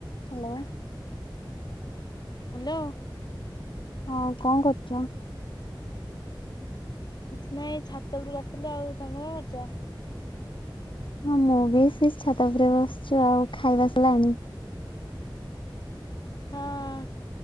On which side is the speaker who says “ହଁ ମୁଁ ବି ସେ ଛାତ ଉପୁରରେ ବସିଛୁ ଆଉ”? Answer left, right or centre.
Left